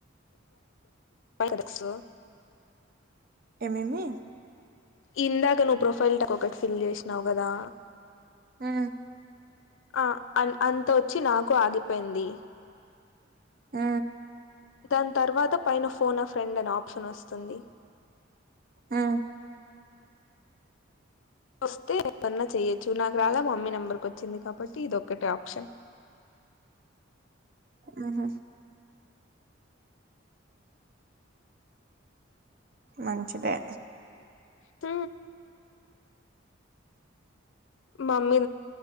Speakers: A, on the left; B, on the right.
A: తెలుసు
B: ఎ మేమి
A: ఇందాక నువ్వు ప్రొఫైల్ ఒకటి ఫిల్ చేసినావు గదా
B: ఆ
A: ఆ అంతొచ్చి నాకు ఆగిపోయింది
B: ఆ
A: దాని తర్వాత పైన ఫోన్ ఆఫ్రెండ్ అని ఆప్షన్ వస్తుంది
B: ఆ
A: వస్తే ఏదన్నా చెయొచ్చు నాకు రాలా మమ్మీ నెంబర్కి వచ్చింది కాబట్టి ఇదొక్కటే ఆప్షన్
B: ఆహా ఇనో అడి బుల్ మంచిదే
A: ఆ మమ్మీ